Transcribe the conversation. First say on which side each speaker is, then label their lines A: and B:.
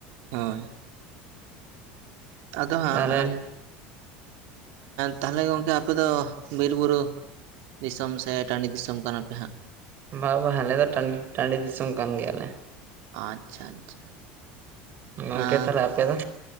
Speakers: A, on the right; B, on the right.
A: ᱦᱳᱭ ᱟᱫᱚ ᱦᱟᱸᱜ
B: ᱛᱟᱦᱚᱞᱮ
A: ᱛᱟᱦᱚᱞᱮ ᱜᱚᱢᱠᱮ ᱟᱯᱮ ᱫᱚ ᱵᱤᱨ ᱵᱩᱨᱩ ᱫᱤᱥᱚᱢ ᱥᱮ ᱴᱟᱺᱰᱤ ᱫᱤᱥᱚᱢ ᱠᱟᱱᱟᱯᱮ ᱦᱟᱸᱜ
B: ᱵᱟ ᱵᱟ ᱟᱞᱮ ᱫᱚ ᱴᱟᱺ ᱴᱟᱺᱰᱤ ᱫᱤᱥᱚᱢ ᱠᱟᱱ ᱜᱮᱭᱟ ᱞᱮ
A: ᱟᱪᱪᱷᱟ ᱟᱪᱪᱷᱟ
B: ᱜᱚᱝᱠᱮ
A: ᱟᱸ
B: ᱛᱟᱦᱚᱞᱮ ᱟᱯᱮ ᱫᱚ